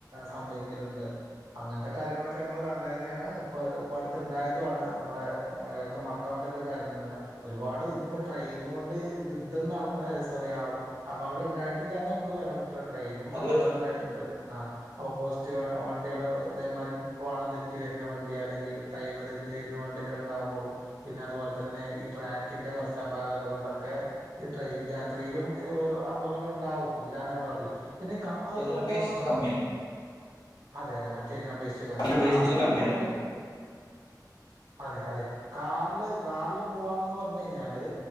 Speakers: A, on the right (about 70°); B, on the left (about 75°).
A: സംഭവിക്കലുണ്ട് അങ്ങനത്തെ കാര്യങ്ങളൊക്കെ നമ്മള് കണ്ട് തന്നെയാണ് ഇപ്പൊ ഇപ്പ അടുത്തുണ്ടായതുമാണ് നമ്മുടെ മ റക്കാൻ പറ്റാത്ത കാര്യം തന്നെയാണ് ഒരുപാട് ഇപ്പോ ട്രെയിന് കൊണ്ട് യുദ്ധം നടന്ന സോറി ആ അപകടം ഉണ്ടായിട്ടില്ലാ എന്ന് നമുക്ക് പറയാൻ പറ്റോ ട്രെയിനും
B: അത്
A: അപകടം
B: പറ്റില്ല
A: ഉണ്ടായിട്ടുണ്ട് ഓപ്പോസിറ്റ് വ കുട്ടികള് ഇതേമാതിരി പാളം തെറ്റി വരുന്ന വണ്ടി അല്ലെങ്കില് ടൈമ് തെറ്റി വരുന്ന വണ്ടിയൊക്കെ ഉണ്ടാകുമ്പോഴും പിന്നെ അതുപോലെ തന്നെ ഈ ട്രാക്കിന്റെ കുറച്ച് അപാകത കൊണ്ടൊക്കെ ഈ ട്രെയിൻ യാത്രയിലും അപകടം ഇണ്ടാവും ഇല്ലാന്ന് <unintelligible> പിന്നെ കാറില്
B: ഇതിനപേക്ഷിച്ച്
A: പോണ-
B: കമ്മിയാണ്
A: അതെ അതെ മറ്റേതിനെ അപേക്ഷിച്ച് ക
B: അപേക്ഷിച്ച്
A: കാറില്
B: കമ്മിയാണ്
A: പോകണ അതെ അതെ കാറില് കാറില് പോവാണെന്ന് പറഞ്ഞു കഴിഞ്ഞാല്